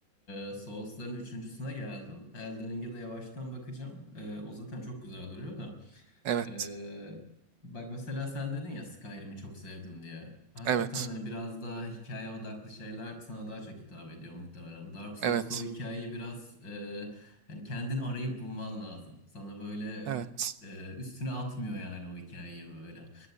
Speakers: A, on the left; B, on the right.
A: Ee, Souls'ların üçüncüsüne geldim. Elden Ring'e de yavaştan bakacağım. Ee, o zaten çok güzel duruyor da.
B: Evet,
A: Ee, bak mesela sen dedin ya Skyrim'i çok sevdim diye. Hakikaten
B: evet,
A: hani biraz daha hikaye odaklı şeyler sana daha çok hitap ediyor muhtemelen. Dark Souls'ta
B: evet,
A: o hikayeyi biraz e, hani kendin arayıp bulman lazım. Sana böyle
B: evet.
A: e, üstüne atmıyor yani o hikayeyi böyle.